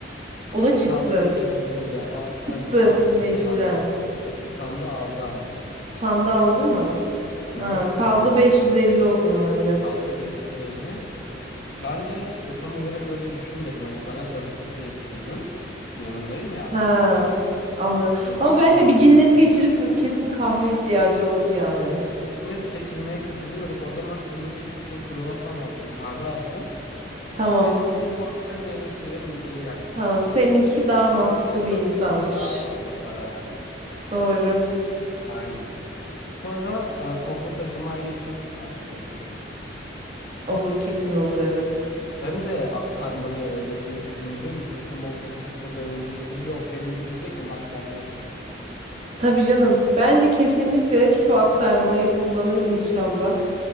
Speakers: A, on the right; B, on the left.
A: O da çıktı.
B: Kaldı 550. Al, ay,
A: Çıktı
B: utandı.
A: mecburen.
B: Utandı. Utandı aldı ama.
A: Utandı aldı mı?
B: Hı
A: Ha,
B: hı, utandı
A: kaldı
B: aldı.
A: 550 o zaman evet.
B: Kaldı 550. Ben de işte tam olarak öyle düşünmedim. Hani bana danıştı diye düşündüm. Yanındayım ya.
A: Ha, anladım.
B: Danışanıyım
A: Ama bence bir cinnet
B: ben.
A: geçirip kesin kahve ihtiyacı olur yani.
B: Hiç Net geçirmeye katılıyorum. O zaman seninki gitsin kruvasan alsın, kahve alsın.
A: Tamam.
B: Benimki poğaça meyve suyuyla mideyi yaksın.
A: Tamam, seninki daha mantıklı
B: Benimkinde
A: bir
B: 400
A: insanmış.
B: lira daha fazla para ver.
A: Doğru.
B: Aynen. Sonra e, toplu taşımayla işe gitme olur.
A: Olur kesin olur evet.
B: Hem de aktarmalı öyle bir bindim gittim 15 dakikada önünde indim. Yok hem yürüyecek hem aktarma yapacak.
A: Tabii canım. Bence kesinlikle şu aktarmayı kullanır inşallah.